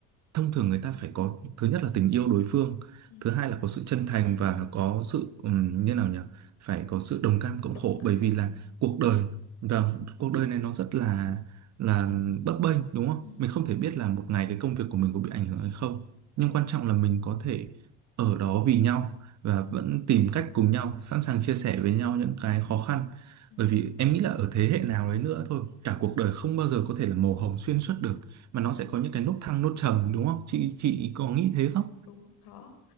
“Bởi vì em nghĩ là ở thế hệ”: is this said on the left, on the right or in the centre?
Right